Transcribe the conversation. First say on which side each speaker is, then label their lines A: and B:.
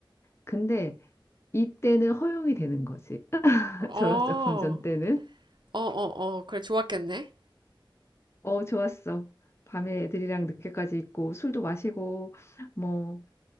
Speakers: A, on the left; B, on the right.
A: 근데 이때는 허용이 되는 거지. <laughs>
B: 어,
A: 졸업작 품절 때는.
B: 어, 어, 어, 그래 좋았겠네.
A: 어, 좋았어. 밤에 애들이랑 늦게까지 있고 술도 마시고 뭐